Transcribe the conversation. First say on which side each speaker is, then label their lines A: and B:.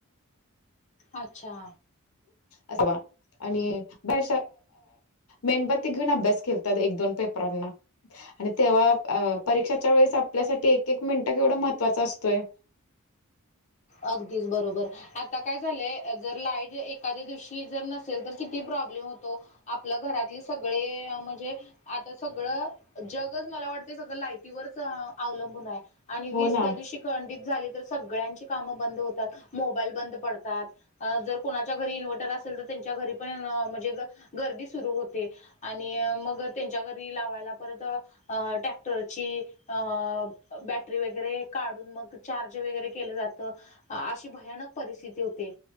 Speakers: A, on the left; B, on the left.
A: अच्छा.
B: अस वा. आणि ब मेणबत्ती घेऊन अभ्यास केतात एक दोन पेपरांना. आणि तेव्हा परीक्षाच्या वेळेस आपल्यासाठी एक एक मिनिटं केवढं महत्त्वाचं असतोय.
A: अगदीस बरोबर. आता काय झालंय जर लाईट एखाद्या दिवशी जर नसेल तर किती प्रॉब्लेम होतो. आपलं घरातले सगळे म्हणजे, आता सगळं जगच मला वाटत सगळं लायटीवरच अवलंबून आहे. आणि
B: हो
A: वीस
B: ना.
A: त्या दिवशी खंडित झाली तर सगळ्यांची कामं बंद होतात मोबाईल बंद पडतात. अ जर कोणाच्या घरी इन्व्हटर असेल तर त्यांच्या घरी पण म्हणजे गर्दी सुरु होते. आणि मग त्यांच्या घरी लावायला परत अ टॅक्टरची. अ बॅटरी वगैरे काढून मग चार्ज वगैरे केले जात. तर अशी भयानक परिस्थिती होते.